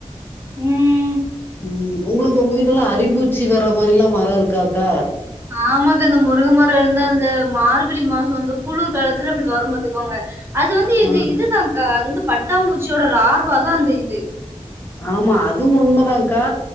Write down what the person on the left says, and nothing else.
ம் உங்களுக்கு உங்க வீட்லலா அரிப்பூச்சி வர்ற மாரிலா மர இருக்காக்கா
ஆ
ஆமா அது உண்மதாங்க்கா